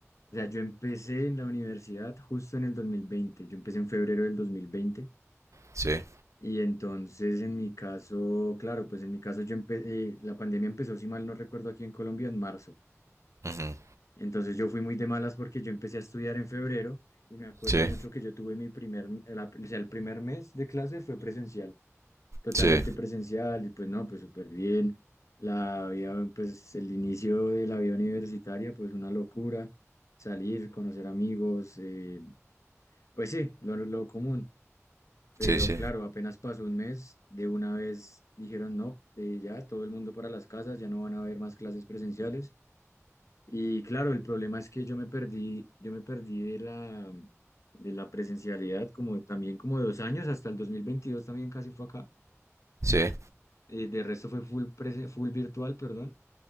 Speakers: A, on the left (about 70°); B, on the right (about 65°).
A: sea, yo empecé en la universidad justo en el 2020. yo empecé en febrero del 2020
B: Sí,
A: y entonces en mi caso, claro, pues en mi caso yo empe- eh, la pandemia empezó, si mal no recuerdo, aquí en Colombia en marzo.
B: ujú,
A: Entonces yo fui muy de malas porque yo empecé a estudiar en febrero y me acuerdo
B: sí,
A: mucho que yo tuve mi primer, la- o sea, el primer mes de clase fue presencial, totalmente
B: sí,
A: presencial, y pues no, pues súper bien. La vida, pues el inicio de la vida universitaria, pues una locura, salir, conocer amigos, eh, pues sí, lo, lo común. Pero
B: sí, sí,
A: claro, apenas pasó un mes, de una vez dijeron, no, eh, ya todo el mundo para las casas, ya no van a haber más clases presenciales. Y claro, el problema es que yo me perdí, yo me perdí de la, de la presencialidad como también como dos años, hasta el 2022 también casi fue acá.
B: sí,
A: eh, de resto fue full, presen- full virtual, perdón.